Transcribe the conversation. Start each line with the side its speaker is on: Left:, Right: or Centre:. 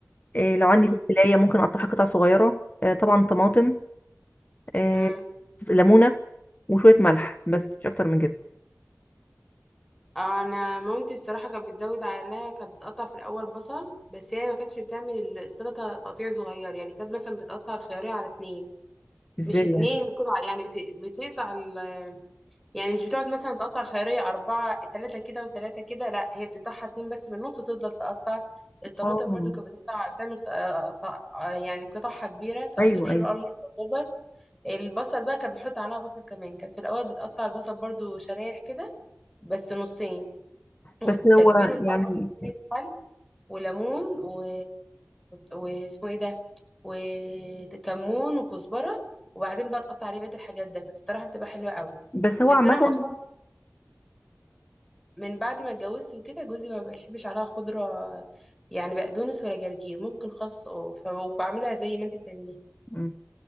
Left: إيه، لو عندي
Centre: امم
Left: فلفلاية ممكن اقطعها قطع صغيرة آه، طبعا طماطم آه،
Centre: امم
Left: ليمونة وشوية ملح بس مش اكتر من كده
Centre: آه، انا مامتي الصراحة كانت بتزود عليها كانت بتقطع في الاول بصل بس هي ما كانتش بتعمل السلطة تقطيع صغير يعني كانت مثلا بتقطع الخيارية على اتنين
Left: ازاي
Centre: مش اتنين
Left: يعني
Centre: قطع يعني بت... بتقطع ال... يعني مش بتقعد مثلا تقطع الخيارية أربعة تلاتة كده وتلاتة كده لا هي بتقطعها اتنين بس من النص وتفضل تقطع الطماطم
Left: اه
Centre: برضو كانت بتقطع تعمل ط- ط- يعني قطعها كبيرة كانت
Left: ايوه
Centre: بتبشر
Left: ايوه
Centre: قرن الجزر البصل بقى كان بيحط عليها بصل كمان كانت في الاول بتقطع البصل برضو شرايح كده بس نصين وتتبله
Left: بس هو
Centre: الاول
Left: يعني
Centre: بشوية خل وليمون و... واسمه ايه ده وكمون وكزبره وبعدين بقى تقطع عليه بقيه الحاجات ده كانت الصراحه بتبقى حلوه قوي
Left: بس هو
Centre: بس
Left: عامة
Centre: انا مؤخرا من بعد ما اتجوزت وكده جوزي ما بيحبش عليها خضره يعني بقدونس ولا جرجير ممكن خس أو- ف- وبعملها زي ما انت بتعمليها
Left: مم.